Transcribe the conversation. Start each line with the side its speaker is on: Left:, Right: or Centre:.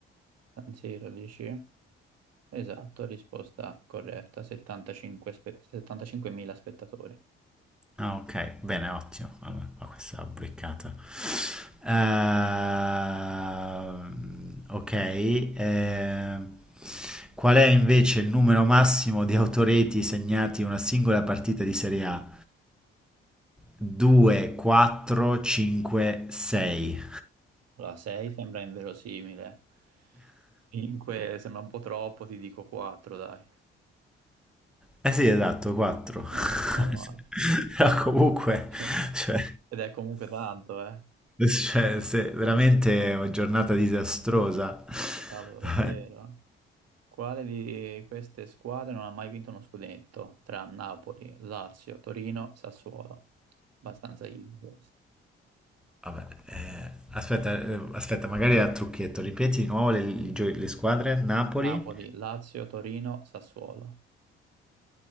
Right: San Siro dici? Esatto, risposta corretta, 75 spe- 75.000 spettatori.
Centre: Ah, ok, bene, ottimo. Allora, qua questa l'ho beccata. Ehm, ok, ehm, qual è invece il numero massimo di autoreti segnati in una singola partita di Serie A? 2, 4, 5, 6.
Right: Allora, 6 sembra inverosimile, 5 sembra un po' troppo, ti dico 4, dai.
Centre: Eh sì, esatto, 4. <laughs>
Right: Ah, meno male.
Centre: Però comunque,
Right: <laughs>
Centre: cioè,
Right: Ed è comunque tanto, eh.
Centre: cioè, se- veramente è una giornata disastrosa.
Right: Cavolo, davvero.
Centre: <laughs>
Right: eh. Quale di queste squadre non ha mai vinto uno scudetto? Tra Napoli, Lazio, Torino, Sassuolo. Abbastanza easy questo.
Centre: Vabbè, eh, aspetta, eh, aspetta, magari era trucchetto. Ripeti di nuovo le, i gio- le squadre. Napoli.
Right: Napoli, Lazio, Torino, Sassuolo.